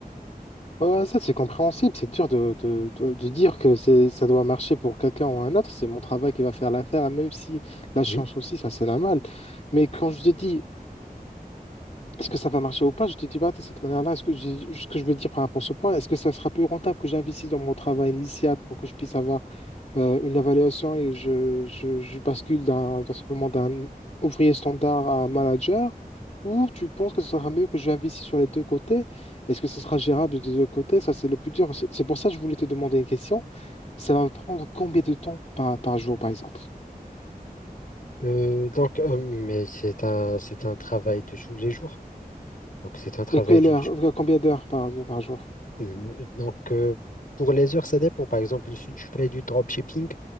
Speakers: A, on the left; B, on the left.
A: Ouais, ça, c'est compréhensible. C'est dur de, de, de, de dire que c'est, ça doit marcher pour quelqu'un ou un autre. C'est mon travail qui va faire l'affaire, même si la science
B: Oui.
A: aussi, ça, c'est normal. Mais quand je te dis, est-ce que ça va marcher ou pas, je te dis pas de cette manière-là. Est-ce que je- ce que je veux dire par rapport à ce point, est-ce que ça sera plus rentable que j'investisse dans mon travail initial pour que je puisse avoir euh, une évaluation et je, je, je bascule d'un, d'un simplement d'un ouvrier standard à un manager, ou tu penses que ce sera mieux que j'investisse sur les deux côtés? Est-ce que ce sera gérable des deux côtés? Ça, c'est le plus dur. C'est c'est pour ça que je voulais te demander une question. Ça va me prendre combien de temps par, par jour, par exemple?
B: Euh, donc, euh, mais c'est un, c'est un travail de tous les jours. Donc, c'est un travail
A: mais quelle
B: de,
A: heure, euh, combien d'heures par, par jour?
B: Mhm. Donc, euh, pour les heures, ça dépend. Par exemple, si tu fais du dropshipping,